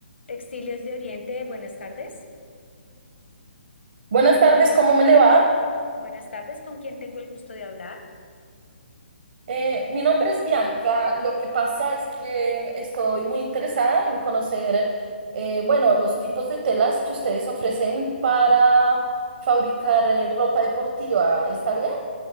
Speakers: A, on the left (about 75°); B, on the right (about 60°).
A: Textiles de Oriente, buenas tardes.
B: Buenas tardes, ¿cómo me le va?
A: Buenas tardes, ¿con quién tengo el gusto de hablar?
B: Eh, mi nombre es Bianca. Lo que pasa es que estoy muy interesada en conocer, eh, bueno, los tipos de telas que ustedes ofrecen para fabricar eh, ropa deportiva. ¿Está bien?